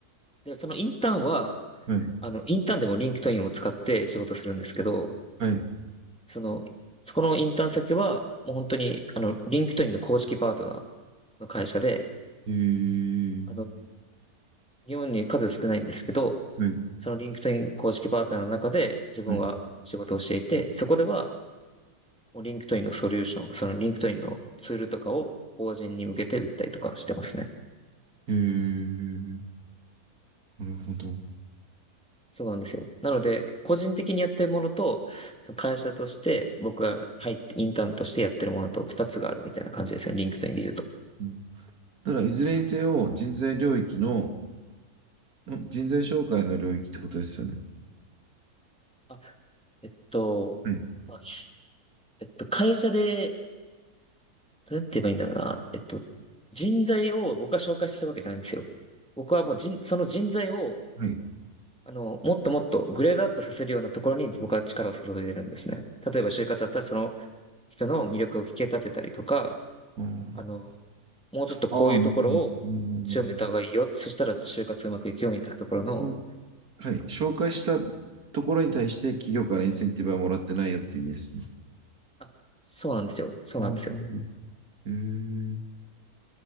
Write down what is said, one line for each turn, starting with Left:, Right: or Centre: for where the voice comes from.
Centre: で、そのインターンは、
Right: はい、
Centre: あの、インターンでもリンクトインを使って仕事するんですけど、
Right: はい。
Centre: その、そこのインターン先は、もう本当に、あの、リンクトインの公式パートナーの会社で、
Right: えー、
Centre: あの、日本に数少ないんですけど、
Right: はい、
Centre: そのリンクトイン公式パートナーの中で自分は仕事をしていて、
Right: はい。
Centre: そこでは、もうリンクトインのソリューション、そのリンクトインのツールとかを法人に向けて売ったりとかしてますね。
Right: えー、なるほど。
Centre: そうなんですよ。なので、個人的にやってるものと、その会社として僕が入って、インターンとしてやってるものと二つがあるみたいな感じですね。リンクトインで言うと。
Right: うんただ、いずれにせよ、人材領域の、ん人材紹介の領域ってことですよね。
Centre: あ、えっと、
Right: はい、
Centre: まあ、ひえっと、会社で、どうやって言えばいいんだろうな。えっと、人材を僕が紹介してるわけじゃないんですよ。僕はもう人、その人材を、
Right: はい。
Centre: あの、もっともっとグレードアップさせるようなところに僕は力を注いでるんですね。例えば就活だったらその人の魅力を引き立てたりとか、
Right: あ
Centre: あの、もうちょっとこういうところを強めた方がいいよ。
Right: あ、ああうんうんうん
Centre: そしたら就活うまくいくよみたいなところの、
Right: その、はい。紹介したところに対して企業からインセンティブはもらってないよっていう意味ですね。
Centre: あ、そうなんですよ。そうなんですよ。
Right: ああ、なるほど。えー、